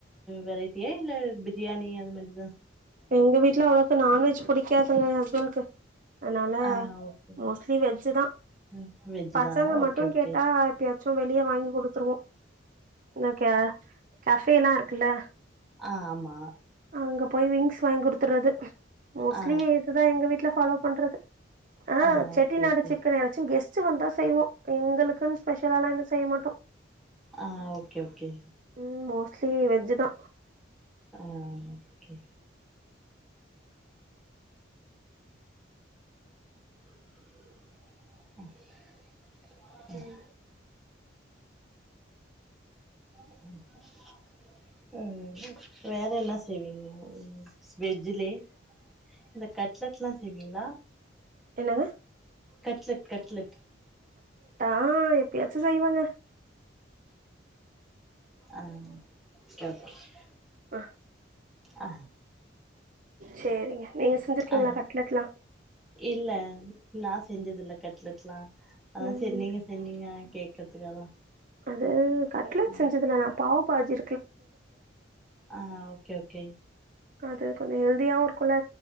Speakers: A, in the centre; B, on the right.
A: வெரைட்டி இல்ல பிரியாணி அந்த மாறி
B: எங்க வீட்ல அவ்ளோக்கு நான்வெஜ் புடிக்காதுங்க ஹஸ்பண்ட் அதனால
A: ஆ ஓகே
B: மோஸ்ட்லி வெஜ் தா
A: ம் வெஜ்
B: பசங்க
A: தா ஓகே
B: மட்டு
A: ஓகே
B: கேட்டா எப்பயாச்சு வெளிய வாங்கி குடுத்துருவோ ஓகே கஃபே எல்லா இருக்குல்ல
A: ஆஹ் ஆமா
B: அங்க போய் விங்ஸ் வாங்கி குடுத்துறது மோஸ்ட்லி
A: ஆ
B: இதுதா எங்க வீட்ல ஃபாலோ பண்றது ஆனா
A: ஆ
B: செட்டி
A: ஓகே
B: நாடு
A: ஓகே
B: சிக்கன் யாராச்சு கெஸ்ட் வந்த செய்வோ எங்களுக் க்குன்னு ஸ்பெஷலலா எது செய்ய மாட்டோ
A: ஆஹ் ஓகே ஓகே
B: ம் மோஸ்ட்லி வெஜ்ஜு தா
A: அஹ் ஓகே <inaudible>
B: <inaudible>
A: <inaudible> உம் வேற என்ன செய்வீங்க வெஜ்லயே இந்த கட்லெட்லா செய்வீங்களா
B: என்னங்க
A: கட்லட் கட்லட்
B: ஆஹ் எப்பயாச்சு செய்வங்க
A: ஆஹ் <unintelligible>
B: ஆ
A: ஆ
B: சேரிங்க நீங்க செஞ்சிருக்கீங்களா
A: ஆ
B: கட்லெட்லா
A: இல்ல நா செஞ்சதுல்ல கட்லெட்லா அதா
B: ம்
A: செரி நீங்க செஞ்சிங்கன்னா கேக்கறதுக்காகதா
B: அது கட்லெட்
A: ஆ
B: செஞ்சதுல்ல நா பாவ்பாஜி
A: ஆ ஓகே ஓகே
B: அது கொஞ்ச ஹெல்தியாவு இருக்குல்ல